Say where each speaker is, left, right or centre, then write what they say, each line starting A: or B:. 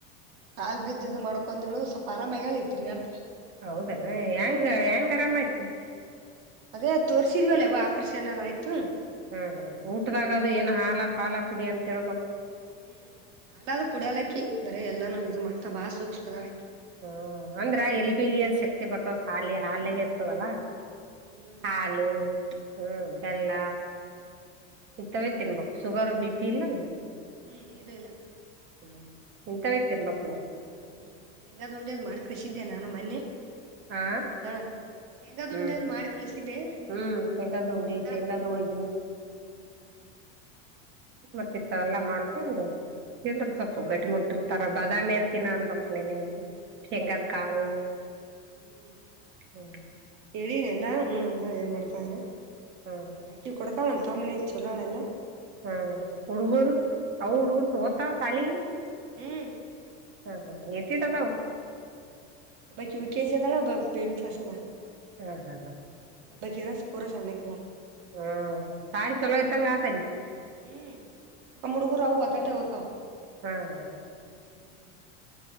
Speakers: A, on the right; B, on the right.
A: ಕಲ್ ಬಿದ್ದ ಇದು ಮಾಡ್ಕೊಂಡಳು ಸ್ವಲ್ಪ ಆರಾಮಾಗಿ ಹೇಳಿ ತಿರಿ ನಡಕ
B: ಹೌದನ್ನು ಹೆಂಗ ಹೆಂಗ್ ಆರಾಮಾಯ್ತು
A: ಅದೇ ಅ ತೋರಿಸಿದ್ವಲ್ಲವ ಆಪ್ರೇಷನ್ ಅದಯ್ತು
B: ಹ್ಮ್ ಹ್ಮ್ ಊಟದಾಗದು ಏನು ಹಾಲ ಪಾಲ ಕುಡಿ ಅಂತ ಹೇಳ್ಬು
A: ಹ್ಮ್ ಹಾಲದು ಕುಡಿಯಾಲಕ್ಕಿ ಬರೀ ಎಲ್ಲಾನು ಇದು ಮಾಡ್ತಾ ಬಾಳ ಸೂಕ್ಷ್ಮದ ಅಕ್ಕಿ
B: ಹ್ಮ ಅಂದ್ರ ಎಲ್ ಬಿಗದ ಶಕ್ತಿ ಬರ್ತದ ಹಾಲಿ ಹಾಲಿಗೆ ಇರ್ತದಲ್ಲಾ
A: ಹ್ಮ್
B: ಹಾಲು ಹ್ಮ ಬೆಲ್ಲ ಈ ತವೆ ತಿನ್ಬಕ್ ಶುಗರ್ ಬಿ ಪಿ ಇಲ್ಲಲ್ಲ
A: ಹ್ಮ್ ಏನು ಇಲ್ಲ
B: ಹ ಕುಂಂತ ವಕ್ತನೆ ಬಕ್ ಮ
A: ಹ್ಮ್ ಶೇಂಗಾದ್ ಉಂಡಿಯದ್ ಮಾಡಿ ಖುಷಿದ್ದೆ ನಾನು ಮೊನ್ನೆ
B: ಹಾ
A: ತಿದಾಳ ಶೇಂಗ ದುಂಡಿಯದ್
B: ಹ್ಮ್
A: ಮಾಡಿ ಕಳ್ಸಿದೆೆ
B: ಹ್ಮ್ ಶೇಂಗಾದ ಉಂಡಿ
A: ಎ
B: ಶೇಂಗಾದ ಹೋಳ್ಗಿ
A: ಹ್ಮ್
B: ಬರ್ತಿತ್ತ
A: ತಿಂದಾಳಂತ
B: ಎಲ್ಲಾ ಮಾಡ್ಕೊಂಡು ತಿಂದ್ರ ಸೊಪ್ಪು
A: ಹ್ಮ್
B: ಗಟ್ಟಿ ಮುಟ್ಟಿ ತರ ಬಾದಾಮಿ ಇರ್ತೀನ ಅನ್ಬೇಕಕ್ ನೆನ್ ಹೆಂಗದ್ ಕಾಳು
A: ಹ್ಮ
B: ಹ್ಮ್
A: ಎಳೀನಲ್ಲ ಹನ್ ಅಂದಾ ಏನ್ ಮಾಡಡತಾನ
B: ಹಾ
A: ಅಕ್ಕಿ ಕೊಡತಾ ಅವ ಒಂದು ತಾಮನೇಛಲಳೆಲ್ಲ
B: ಹಾ ಹುಡುಗರು ಅವು ಹುಡುಗುರು ಹತ ಕಖಾಲಿ
A: ಹ್ಮ್
B: ಹಾ ಹಾ ಎಟ್ಟಿಟಕ
A: ಬ ಕ ಯು ಕೆಜ ಅದ ಬೇಬಿ ಕ್ಲಸ್ ಅ
B: ಹ್ಮ್ ಹ್ಮ್ ಹ್ಮ್
A: ಒಬಾಕಿ ಪೂರಾ ಸನ್ನಕ್ಕಲ
B: ಹ್ಮ ಸಾರಿ ಚಲೋ ಇ್ದಂಗ ಸರಿ
A: ಹ್ಮ್ ನ ಮುಡಗು ಆಹ ಅತಟೇವತ
B: ಹ್ಮ್ ಹ್ಮ್
A: ಹ್ಮ್